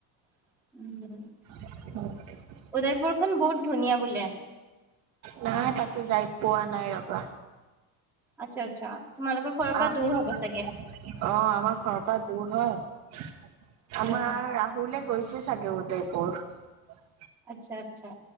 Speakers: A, in the centre; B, on the right (about 40°).
A: উম,
B: <unintelligible>
A: উদয়পুৰখন বহুত ধুনীয়া বোলে।
B: নাই তাতে যাই পোৱা নাই ৰ'বা।
A: আচ্ছা আচ্ছা। তোমালোকৰ ঘৰৰ
B: অ',
A: পৰা দূৰ হ'ব
B: অ,
A: চাগে?
B: আমাৰ ঘৰৰ পৰা দূৰ হয়। <unintelligible>
A: অ'।
B: আমাৰ ৰাহুলে কৰিছে চাগে গোটেইবোৰ <inaudible>
A: আচ্ছা। আচ্ছা।